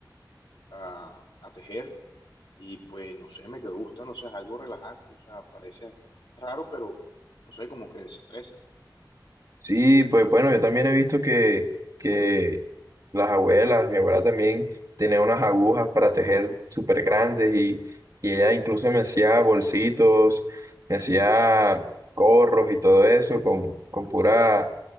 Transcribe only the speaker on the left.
a, a tejer y pues no sé, me quedó gustando, o sea, es algo relajante, o sea, parece raro, pero no sé, como que desestresa.